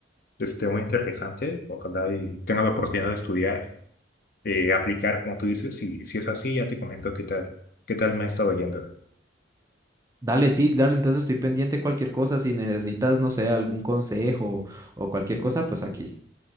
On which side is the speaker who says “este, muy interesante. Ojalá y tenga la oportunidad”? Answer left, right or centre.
Left